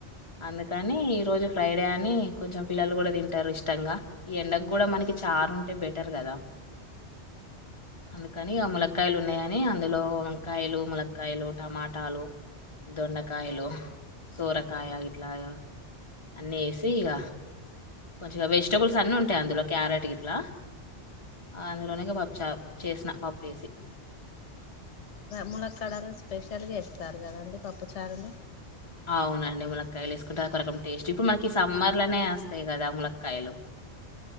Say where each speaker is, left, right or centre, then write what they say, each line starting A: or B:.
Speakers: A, on the left (about 25°); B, on the left (about 75°).
A: అందుకని ఈ రోజు ఫ్రైడే అని కొంచెం పిల్లలు కూడా తింటారు ఇష్టంగా ఈ ఎండకు కూడా మనకి చా అరుంటే బెటర్ కదా అందుకని అ ములక్కాయలు ఉన్నాయని, అందులో వంకాయలు ములక్కాయలు టమాటాలు. దొండకాయలు, సోరకాయా. ఇట్లాగా అన్ని ఏసిఇగ. కొంచెఇగా వెజిటబుల్స్ అన్ని ఉంటాయి, అందులో క్యారెట్ గిట్ల. అందులోనే ఇగా పప్పుచారు చేసిన పప్పు ఎసి.
B: ములక్కాడలు స్పెషల్ గా ఎస్తారు కదండి పప్పు చారు లో.
A: ఆ అవునండి ములక్కాయలు వేసుకుంటారు. కొరకం టేస్ట్ ఇప్పుడు మనకి ఈ సమ్మర్ లోనే వస్తాయి. కదా ములక్కాయలు.